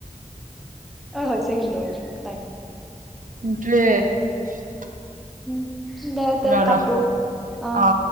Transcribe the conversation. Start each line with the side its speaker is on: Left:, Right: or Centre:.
Centre: অ হৈছে কিন্তু টাইম
Right: <unintelligible>
Centre: <inaudible> দে দে
Right: ল'ৰা
Centre: কাতো অ
Right: আহ